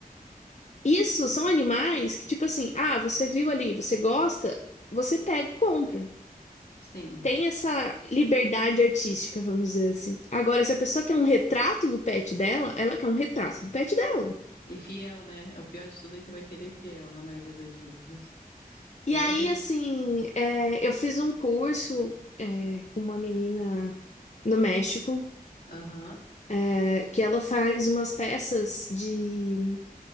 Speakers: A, on the left (about 50°); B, on the left (about 75°).
A: Isso são animais que, tipo assim, ah, você viu ali, você gosta, você pega e compra.
B: sim.
A: Tem essa liberdade artística, vamos dizer assim. Agora, se a pessoa quer um retrato do pet dela, ela quer um retrato do pet dela.
B: E fiel, né? É O pior de tudo é que vai querer fiel na maioria das vezes.
A: E
B: E aí
A: aí,
B: vocês.
A: assim, é, eu fiz um curso, é, com uma menina no México,
B: Aham.
A: é, que ela faz umas peças de,